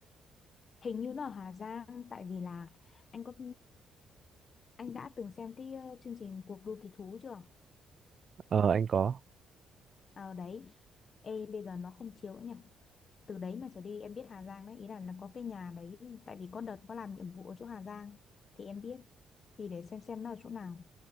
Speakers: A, on the left (about 40°); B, on the right (about 40°).
A: hình như nó ở Hà Giang tại vì là anh có anh đã từng xem cái ờ, chương trình cuộc đua kỳ thú chưa
B: Ờ anh có.
A: ở đấy ê bây giờ nó không chiếu nữa nhỉ từ đấy mà trở đi em biết Hà Giang đấy ý là là có cái nhà đấy tại vì có đợt có làm nhiệm vụ ở chỗ Hà Giang thì em biết thì để xem xem nó ở chỗ nào